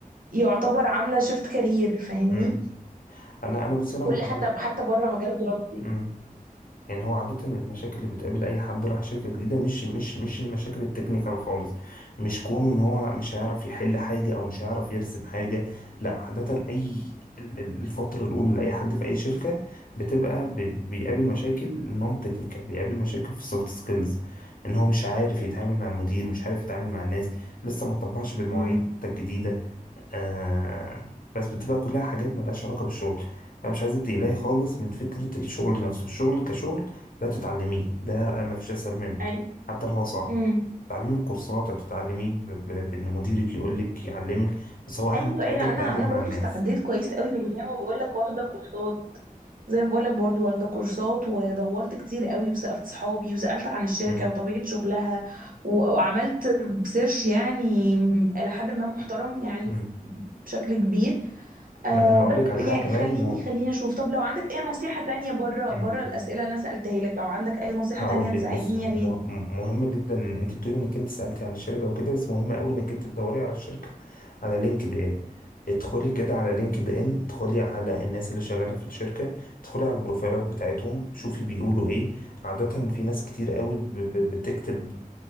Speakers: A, on the right (about 70°); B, on the left (about 70°).
A: يعتبر عاملة شيفت كارير فاهمني
B: امم انا انا بصي انا
A: كل حتى
B: انا
A: حتى بره مجال دراستي
B: مم. يعني هو عادة المشاكل اللي بتقابل أي حد راح شركة جديدة مش مش مش المشاكل التكنيكال خالص مش كونه إن هو مش هيعرف يحل حاجة أو مش هيعرف يرسم حاجة لا عادة أي ال- ال- الفترة الأولى لأي حد في أي شركة بتبقى ب- بيقابل مشاكل نون تكنيكال بيقابل مشاكل في السوفت سكيلز إن هو مش عارف يتعامل مع المدير مش عارف يتعامل مع الناس لسه ما طبقش بالمواعيد
A: امم
B: حتى الجديدة آه بس بتبقى كلها حاجات ملهاش علاقة بالشغل فمش عايزك تقلقي خالص من فكرة الشغل نفسه الشغل كشغل ده تتعلميه ده ما فيش أسهل منه
A: ايوه
B: حتى لو هو صعب
A: امم
B: تتعلميه بكورسات أو تتعلميه ب- ب- بإن مديرك يقولك يعلمك بس هو أهم
A: ايوه ايوه
B: حاجة التعامل
A: انا انا
B: مع
A: برضو
B: الناس
A: استعديت كويس قوي وزي ما بقول لك واخده كورسات زي ما بقول لك برضو واخده كورسات ودورت كتير قوي وسألت صحابي وسألت عن الشركة
B: مم.
A: وطبيعة شغلها و- وعملت سيرش يعني إلى حد ما محترم يعني
B: مم.
A: بشكل كبير آه
B: ما أنا هقولك
A: بس
B: على
A: يعني
B: حاجة كمان
A: خليني
B: م...
A: خليني اشوف طب لو عندك اي نصيحة تانية بره
B: مم.
A: بره الأسئلة اللي انا سألتها لك لو عندك اي نصيحة
B: هقول
A: تانية تساعدني
B: لك بص مه-
A: يا ريت
B: مهم جدا ان انت بتقولي انك انت سألتي عن الشركه وكده بس مهم قوي انك انت تدوري على الشركه على لينكد ان ادخلي كده على لينكد ان ادخلي على الناس اللي شغاله في الشركه ادخلي على البروفايلات بتاعتهم شوفي بيقولوا ايه عاده في ناس كتير قوي ب- ب- بتكتب